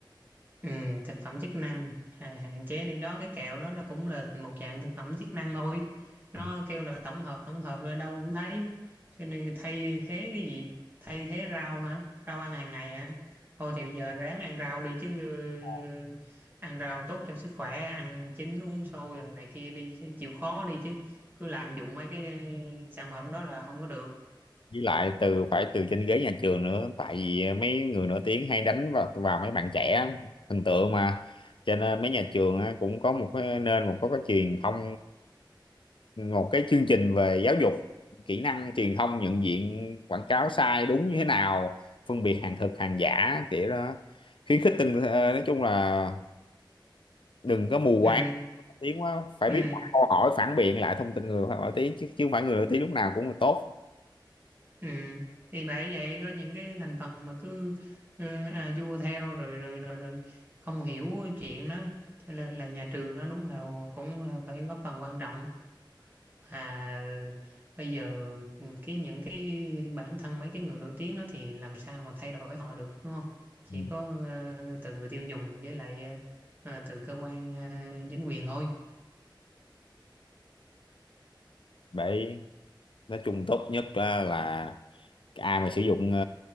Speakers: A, on the right; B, on the left.
A: Ừ, thực phẩm chức năng hà- hạn chế đi đó cái kẹo đó là cũng là một dạng thực phẩm chức năng thôi nó
B: ừ,
A: kêu là tổng hợp tổng hợp là đâu không thấy cho nên thay thế cái gì thay thế rau hả rau ăn hàng ngày hả thôi thì bây giờ ráng ăn rau đi chứ
B: ừ.
A: ừ, ăn rau tốt cho sức khỏe ăn chín uống sôi rồi này kia đi chứ chịu khó đi chứ cứ lạm dụng mấy cái ừ, sản phẩm đó là không có được
B: với lại từ phải từ trên ghế nhà trường nữa tại vì mấy người nổi tiếng hay đánh vào vào mấy bạn trẻ hình tượng mà cho nên mấy nhà trường á, cũng có một cái nên một có cái truyền thông một cái chương trình về giáo dục kỹ năng truyền thông nhận diện quảng cáo sai đúng như thế nào phân biệt hàng thật hàng giả kiểu đó khuyến khích tinh ờ, nói chung là đừng có mù quáng
A: ừ
B: tiếng quá phải
A: ừ
B: biết đặt câu hỏi phản biện lại thông tin người nổi tiếng chứ chứ không phải người nổi tiếng lúc nào cũng là tốt
A: Ừ. Thì bởi vậy có những cái thành phần mà cứ ờ, à vua theo rồi rồi rồi rồi không hiểu chuyện đó cho nên là nhà trường nó đúng là cũng là phải góp phần quan trọng à bây giờ ừ, cái những cái bản thân mấy cái người nổi tiếng đó thì làm sao mà thay đổi họ được đúng không chỉ
B: Ừ.
A: có ờ, từ người tiêu dùng với lại ờ, ờ, từ cơ quan ờ, chính quyền thôi
B: đấy nói chung tốt nhất á là cái ai mà sử dụng ờ,